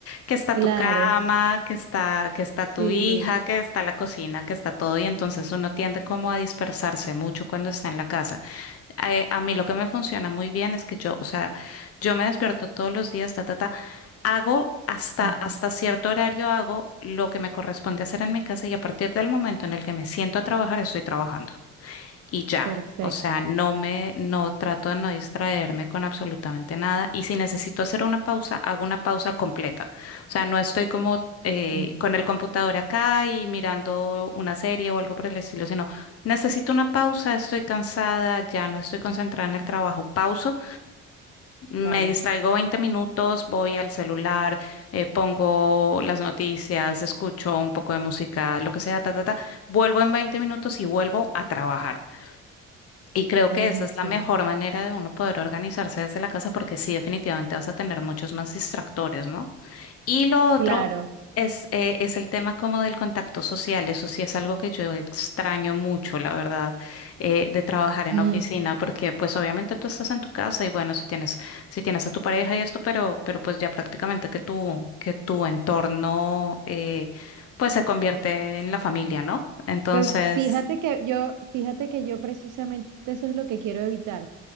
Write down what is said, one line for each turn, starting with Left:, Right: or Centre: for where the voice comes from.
Left: que está
Right: claro,
Left: tu cama, que está, que está tu
Right: sí,
Left: hija, que está la cocina, que está todo, y entonces uno tiende como a dispersarse mucho cuando está en la casa. Eh, a mí lo que me funciona muy bien es que yo, o sea, yo me despierto todos los días, ta, ta, ta, hago hasta,
Right: ujú,
Left: hasta cierto horario hago lo que me corresponde hacer en mi casa y a partir del momento en el que me siento a trabajar, estoy trabajando y ya.
Right: perfecto,
Left: O sea, no me, no trato de no distraerme con absolutamente nada. Y si necesito hacer una pausa, hago una pausa completa. O sea, no estoy como eh,
Right: ujú,
Left: con el computador acá y mirando una serie o algo por el estilo, sino necesito una pausa, estoy cansada, ya no estoy concentrada en el trabajo, pauso, me
Right: claro,
Left: distraigo 20 minutos, voy al celular, eh, pongo las noticias, escucho un poco de música, lo que sea, ta, ta, ta. Vuelvo en 20 minutos y vuelvo a trabajar. Y creo
Right: buenísimo,
Left: que esa es la mejor manera de uno poder organizarse desde la casa porque sí, definitivamente vas a tener muchos más distractores, ¿no? Y lo otro
Right: claro.
Left: es, eh, es el tema como del contacto social. Eso sí es algo que yo extraño mucho, la verdad, eh, de trabajar en
Right: mm,
Left: oficina porque pues obviamente tú estás en tu casa y bueno, si tienes, si tienes a tu pareja y esto, pero, pero pues ya prácticamente que tu, que tu entorno eh, pues se convierte en la familia,
Right: mm.
Left: ¿no? Entonces,
Right: Pues fíjate que yo, fíjate que yo precisamente eso es lo que quiero evitar.